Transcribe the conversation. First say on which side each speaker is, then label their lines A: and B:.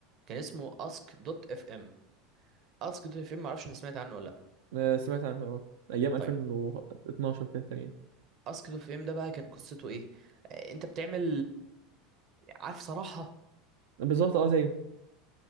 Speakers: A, on the right; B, on the right.
A: كان اسمه اسك دوت اف ام اسك دوت اف ام معرفش ان سمعت عنه ولا لا
B: آه، سمعت عنه اه ايام 2012
A: طيب
B: كده تقريبا
A: اسك دوت اف ام ده بقى كان قصته ايه آه، انت بتعمل عارف صراحة
B: بالظبط اه زيه